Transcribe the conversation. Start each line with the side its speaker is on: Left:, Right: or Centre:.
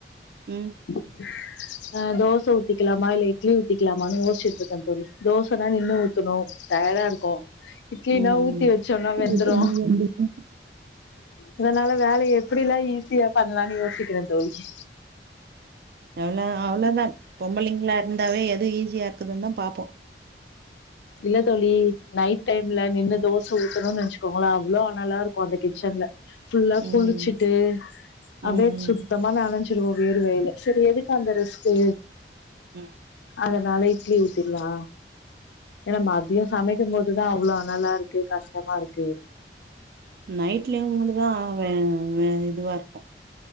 Right: ம்
Left: <unintelligible> அ தோச ஊத்திக்கலாமா இல்ல இட்லி ஊத்திக்கலாமான்னு யோஸ்சிட்ருங்க தோழி தோசனா நின்னு ஊத்துணு டயர்டா இருக்கு இட்லினா
Right: ம்
Left: ஊத்தி வெச்சோனா வெந்துரு
Right: ம்
Left: அதனால வேல எப்படிலா ஈஸியா பண்லான்னு யோசிக்கற தோழி
Right: அதலா அவ்ளதா பொம்பளைங்களா இருந்தாவே எது ஈஸியா இருக்குதுன் தா பாப்போ
Left: இல்ல தோழி நைட் டைம்ல நின்னு தோச ஊத்தணுன் நெனச்சுக்கோங்கலே அவ்ளோ அனலா இருக் ஒக்காந்த கிச்சன்ல புல்லா
Right: ம்
Left: குளிச்சிட்டு அப்டே
Right: ம் ம்
Left: சுத்த மா நனஞ்சிடுவோ வேர்வையில செரி எதுக்கு அந்த ரிஸ்க்கு
Right: ம்
Left: அதனால இட்லி ஊத்திர்லா ஏன்னா மதியோ சமைக்கும் போதுதா அவ்ளோ அனலா இருக்கு கஷ்டமா இருக்கு
Right: நைட்லயு <unintelligible> தா ஆவே வே இதுவா இருக்கு